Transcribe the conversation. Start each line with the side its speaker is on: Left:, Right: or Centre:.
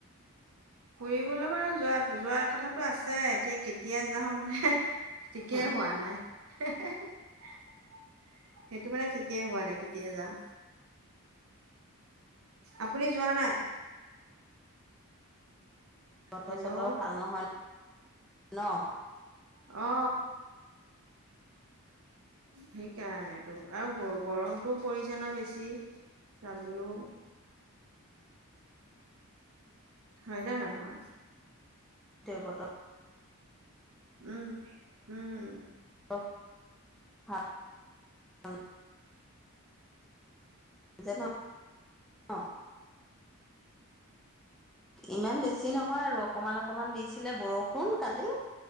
Right: ফুৰিবলৈ বাৰু যোৱাত যোৱাৰ কথাটো আছে এতিয়া কেতিয়া যাওঁ মানে হে। ঠিকেই
Centre: বতৰ
Right: হোৱা নাই। হে হে হে, সেইটো মানে ঠিকেই হোৱা নাই কেতিয়া যাওঁ। আপুনি যোৱা নাই?
Centre: বতৰ
Right: হেল্ল'
Centre: - চটৰ ভাল নহয় ন?
Right: অ। সেইকাৰণেতো আৰু গ গৰমটোও পৰিছে ন বেছি জাবলো। হয় নে নহয়?
Centre: তে বতৰ
Right: উম উম।
Centre: অ হা উম। <inaudible> যেন অ। ইমান বেছি নহয় আৰু অকমান অকমান দিছিলে বৰষুণ কালি।